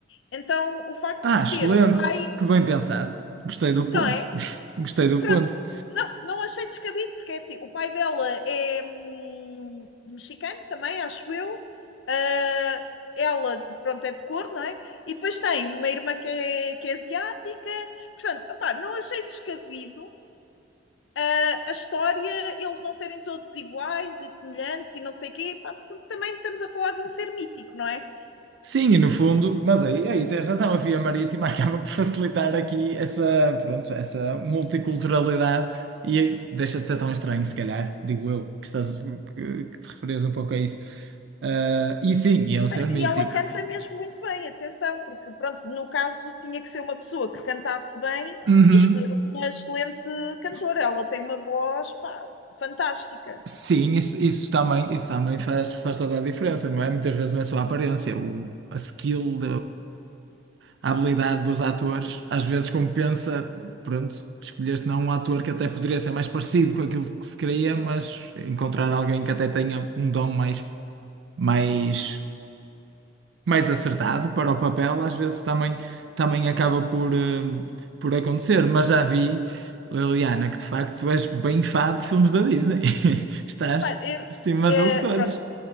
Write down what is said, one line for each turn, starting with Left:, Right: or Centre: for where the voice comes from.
Left: Então, o facto
Right: Ah,
Left: de
Right: excelente!
Left: ter um pai,
Right: Que bem pensado. Gostei do ponto.
Left: não é?
Right: <laughs> Gostei do
Left: Pronto,
Right: ponto.
Left: não, não achei descabido, porque é assim, o pai dela é hum, mexicano também, acho eu. Ah, ela, pronto, é de cor, não é? E depois tem uma irmã que é, que é asiática. Portanto, opá, não achei descabido a, a história, eles não serem todos iguais e semelhantes e não sei o quê, pá, porque também estamos a falar de um ser mítico, não é?
Right: Sim, e no fundo, mas aí, aí tens razão, a via marítima <laughs> acaba por facilitar aqui essa, pronto, essa multiculturalidade e é isso deixa de ser tão estranho, se calhar, digo eu, que estás, que, que te referias um pouco a isso. Ah, e sim, e é um ser mítico.
Left: E ela canta mesmo muito bem, atenção, porque pronto, no caso tinha que ser uma pessoa que cantasse bem
Right: Uhum.
Left: e escolher uma excelente cantora. Ela tem uma voz, pá, fantástica.
Right: Sim, isso, isso também, isso também faz, faz toda a diferença, não é? Muitas vezes não é só a aparência, o, a skill, a habilidade dos atores, às vezes compensa, pronto, escolher se não um ator que até poderia ser mais parecido com aquilo que se queria, mas encontrar alguém que até tenha um dom mais, mais, mais acertado para o papel, às vezes também, também acaba por, eh, por acontecer. Mas já vi, Liliana, que de facto tu és bem fã de filmes da Disney. <laughs> Estás
Left: Pá,
Right: por
Left: é-
Right: cima
Left: é,
Right: deles todos.
Left: pronto,